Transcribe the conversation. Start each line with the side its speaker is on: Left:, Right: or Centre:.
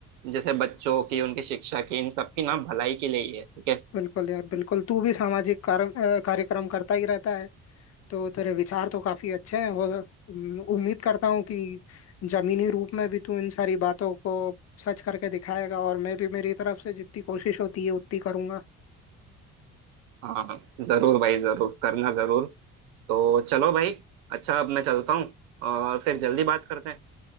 Right: जैसे बच्चों की उनकी शिक्षा की इन सब की ना भलाई के लिए ही है ठीक है
Left: बिल्कुल यार बिल्कुल तू भी सामाजिक कार्य अ, कार्यक्रम करता ही रहता है तो तेरे विचार तो काफी अच्छे हैं और हम्म, उम्मीद करता हूँ कि जमीनी रूप में भी तू इन सारी बातों को सच करके दिखाएगा और मैं भी मेरी तरफ से जितनी कोशिश होती है उतनी करूंगा
Right: हाँ हाँ जरूर भाई जरूर करना जरूर तो चलो भाई अच्छा अब मैं चलता हूँ और फिर जल्दी बात करते हैं